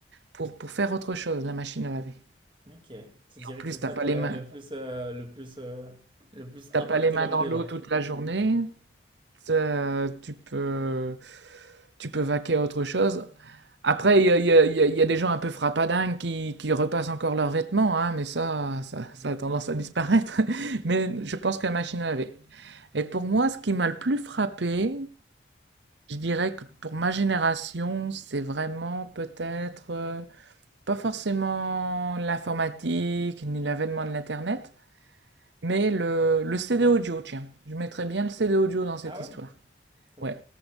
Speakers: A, on the right; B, on the right.
A: pour pour faire autre chose, la machine à laver.
B: Ok. Tu dirais
A: En plus,
B: que c'est ça
A: t'as pas
B: qui a
A: les mains
B: le le plus, euh, le plus, euh, le plus
A: t'as
B: impacté
A: pas les mains
B: la vie
A: dans
B: des
A: l'eau
B: gens.
A: toute la journée. ça, tu peux, tu peux vaquer à autre chose. Après, il y a, il y a- il y a- il y a des gens un peu frappadingues qui, qui repassent encore leurs vêtements, hein, mais ça, ça,
B: <laughs>
A: ça a tendance à disparaître. <laughs> Mais je pense que la machine à laver. Et pour moi, ce qui m'a le plus frappé, je dirais que pour ma génération, c'est vraiment peut-être euh, pas forcément l'informatique ni l'avènement de l'Internet, mais le, le CD audio, tiens. Je mettrais bien le CD audio dans cette
B: Ah ouais?
A: histoire.
B: T'aurais-
A: Ouais,